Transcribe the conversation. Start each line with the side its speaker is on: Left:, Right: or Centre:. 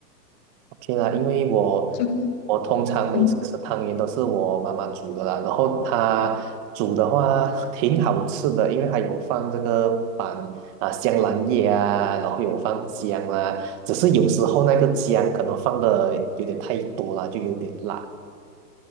Right: OK 啦，因为我
Left: 就是
Right: 我通常每次吃汤圆都是我妈妈煮的啦，
Left: 嗯。
Right: 然后她煮的话挺好吃的，因为她有放这个板啊香兰叶啊，然后有放姜啦，只是有时候那个姜可能放的有点太多了，就有点辣。